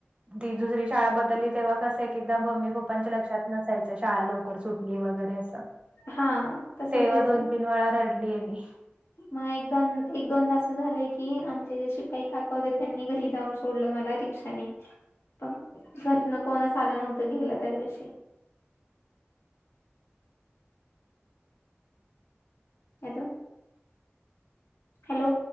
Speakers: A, on the right (about 25°); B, on the left (about 70°).
A: ती दुसरी शाळा बदलली तेव्हा कसं. एकदा मम्मी पप्पांच्या लक्षात नसायचं शाळा लवकर सुटली वगैरे असं.
B: हा तसंच
A: तेव्हा
B: व्हायचं.
A: दोन तीन वेळा रडलीय मी.
B: मग एकदा एक दोनदा असं झालंय की आमचे जे शिपाई काका होते त्यांनी घरी जाऊन सोडलं मला. त्या क्षणी पण कोणीच आलं नव्हतं घ्यायला त्या दिवशी हॅलो हॅलो!